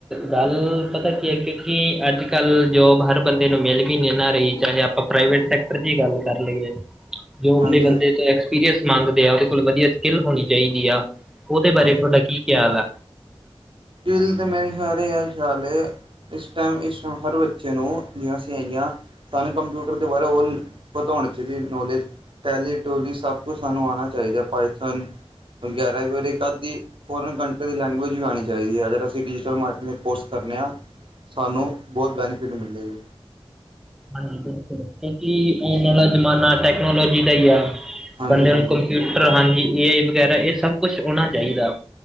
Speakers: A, in the centre; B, on the right.
A: ਗੱਲ ਪਤਾ ਕੀ ਹੈ, ਕਿਉਂਕਿ ਅੱਜ ਕੱਲ ਜੋਬ ਹਰ- ਬੰਦੇ ਨੂੰ ਮਿਲ ਵੀ ਨਹੀਂ ਨਾ ਰਹੀ। ਚਾਹੇ ਆਪਾਂ ਪ੍ਰਾਈਵੇਟ ਸੈਕਟਰ ਚ ਗੱਲ ਕਰ ਲਈਏ। ਜੋਬ
B: ਹਾਂਜੀ
A: ਦੇ ਬੰਦੇ ਤੋਂ ਐਕਸਪੀਰੀਅੰਸ ਮੰਗਦੇ ਆ। ਉਹਦੇ ਕੋਲ ਵਧੀਆ ਸਕਿੱਲ ਹੋਣੀ ਚਾਹੀਦੀ ਆ। ਉਹਦੇ ਬਾਰੇ
B: ਹਾਂਜੀ
A: ਤੁਹਾਡਾ ਕੀ ਖਿਆਲ ਆ।
B: ਦਿਲ ਤੇ ਮੇਰੇ ਇਹੀ ਖਿਆਲ ਏ। ਇਸ ਟਾਈਮ, ਇਸ ਟਾਈਮ ਹਰ ਬੱਚੇ ਨੂੰ ਜਿਵੇਂ ਅਸੀਂ ਹੈਗੇ ਆ। ਸਾਨੂੰ ਕੰਪਿਊਟਰ ਦੇ ਬਾਰੇ, ਉਹ ਪਤਾ ਹੋਣੀ ਚਾਹੀਦੀ ਨੌਲੇਜ। ਟੈਲੀ- ਟੋਲੀ ਸਭ ਕੁਝ ਸਾਨੂੰ ਆਉਣਾ ਚਾਹੀਦਾ। ਪਾਈਥਨ- ਗਲ ਆ ਵੀਰੇ ਇੱਕ-ਅੱਧੀ ਫੋਰਨ ਕੰਟਰੀ ਦੀ ਲੈਂਗੁਏਜ ਵੀ ਆਣੀ ਚਾਹੀਦੀ। ਚਾਹੀਦੀ ਹੈ। ਅਗਰ ਅਸੀਂ ਡਿਜੀਟਲ ਮਾਰਕੀਟਿੰਗ ਕੋਰਸ ਕਰਨੇ ਹਾਂ। ਸਾਨੂੰ ਬਹੁਤ ਬੈਨੀਫਿਟ ਮਿਲੇਗੀ।
A: ਹਾਂਜੀ ਬਿਲਕੁਲ! ਕਿਉਂਕਿ ਆਉਣ ਵਾਲਾ ਜਮਾਨਾ ਟੈਕਨੋਲੋਜੀ ਦਾ ਹੀ ਆ।
B: ਹਾਂਜੀ
A: ਬੰਦੇ
B: ਹਾਂਜੀ
A: ਨੂੰ ਕੰਪਿਊਟਰ ਹਾਂਜੀ, ਏ ਆਈ ਵਗੈਰਾ ਇਹ ਸਭ ਕੁਛ ਹੋਣਾ ਚਾਹੀਦਾ ਵਾ।